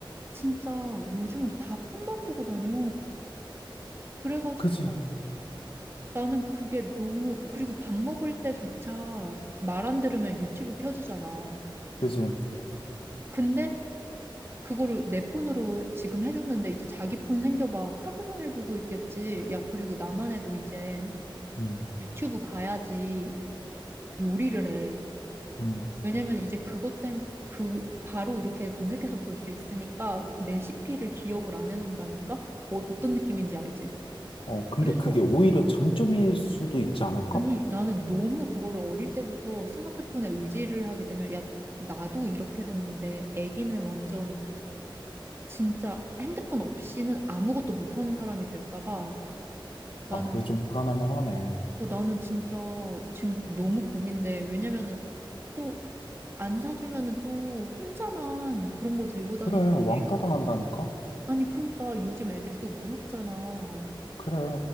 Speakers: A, on the right; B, on the left.
A: 진짜 요즘은 다 폰만 보고 다녀 그래가지고
B: 그지,
A: 나는 그게 너무, 그리고 밥 먹을 때조차 말 안 들으면 유튜브 켜주잖아.
B: 그지,
A: 근데 그거를 내 폰으로 지금 해줬는데 이제 자기 폰 생겨봐. 하루 종일 보고 있겠지. 야, 그리고 나만 해도 이제
B: 음,
A: 유튜브 봐야지 요리를 해.
B: 음.
A: 왜냐면 이제 그것 때문에 그 바로 이렇게 검색해서 볼 수 있으니까 레시피를 기억을 안 해놓는다니까? 뭐 어떤 느낌인지 알지?
B: 어, 근데
A: 그래서
B: 그게 오히려 장점일 수도 있지 않을까?
A: 아니, 나는 너무 그거를 어릴 때부터 스마트폰에 의지를 하게 되면, 야, 나도 이렇게 됐는데, 애기는 완전 진짜 핸드폰 없이는 아무것도 못하는 사람이 될까 봐. 나는,
B: 아, 그게 좀 불안할 만하네.
A: 어, 나는 진짜 지금 너무 고민돼. 왜냐면은 또 안 사주면은 또 혼자만 그런 거 들고 다니다가,
B: 그래, 왕따
A: 애-
B: 당한다니까?
A: 아니, 그러니까 요즘 애들이 또 무섭잖아.
B: 그래.